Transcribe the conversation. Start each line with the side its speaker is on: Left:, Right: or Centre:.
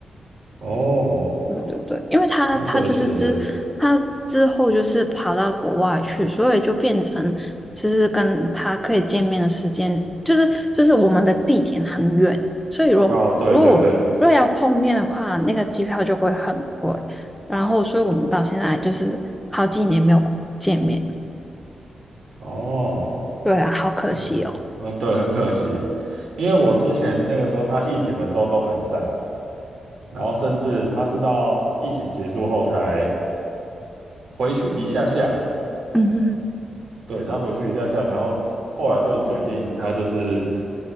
Right: 哦，
Centre: 对对对，因为他他就是之他之后就是跑到国外去，
Right: 很可惜耶。
Centre: 所以就变成其实跟他可以见面的时间，就是就是我们的地点很远，所以如如果如果要碰面的话，
Right: 哦，对对对，
Centre: 那个机票就会很贵，然后所以我们到现在就是好几年没有见面，
Right: 哦，
Centre: 对啊，好可惜哦。
Right: 对，啊，对，很可惜，因为我之前那个时候他疫情的时候都还在。然后甚至他是到疫情结束后才回去一下下，
Centre: 嗯哼哼，
Right: 对，他回去一下下，然后后来就决定他就是